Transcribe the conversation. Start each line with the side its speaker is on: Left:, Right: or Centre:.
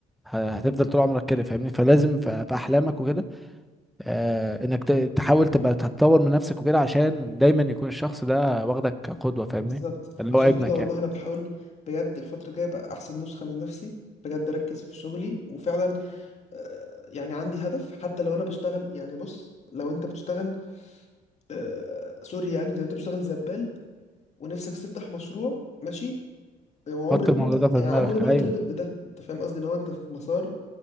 Centre: ه- هتفضل طول عمرك كده فاهمني فلازم ف- في احلامك وكده آه، انك ت- تحاول تبقى تتطور من نفسك وكده عشان دايما يكون الشخص ده واخدك كقدوه فاهمني
Left: بالظبط
Centre: اللي
Left: عشان
Centre: هو ابنك
Left: كده والله
Centre: يعني
Left: انا بحاول بجد الفتره الجايه ابقى احسن نسخه من نفسي بجد اركز في شغلي وفعلا آه، يعني عندي هدف حتى لو انا بشتغل يعني بص لو انت بتشتغل آه، سوري يعني لو انت بتشتغل زبال ونفسك تفتح مشروع ماشي وعمر
Centre: حط
Left: ده
Centre: الموضوع
Left: ما
Centre: ده في
Left: يعني
Centre: دماغك
Left: عمر ده ما
Centre: ايوه
Left: يتربط بده انت فاهم قصدي لو انت في مسار